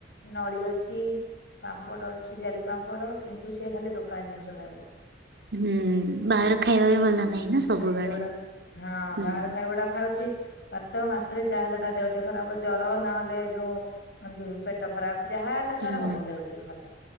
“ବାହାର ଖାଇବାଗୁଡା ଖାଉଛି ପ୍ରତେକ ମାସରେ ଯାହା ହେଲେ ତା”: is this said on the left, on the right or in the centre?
Left